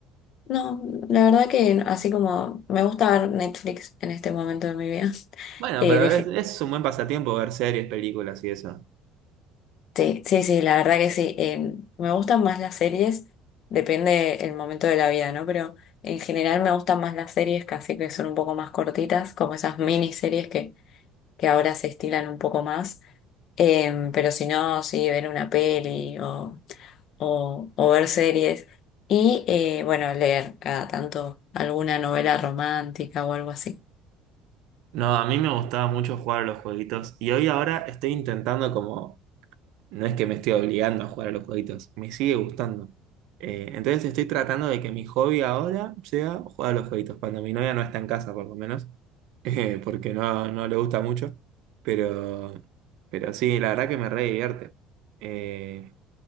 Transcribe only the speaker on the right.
Bueno,
pero es, es un buen pasatiempo ver series, películas y eso.
No, a mí me gustaba mucho jugar a los jueguitos y hoy ahora estoy intentando como No es que me estoy obligando a jugar a los jueguitos, me sigue gustando. Eh, entonces estoy tratando de que mi hobby ahora sea jugar a los jueguitos, cuando mi novia no está en casa por lo menos, <laughs> eh, porque no, no le gusta mucho, pero, pero sí, la verdad que me re divierte. Eh,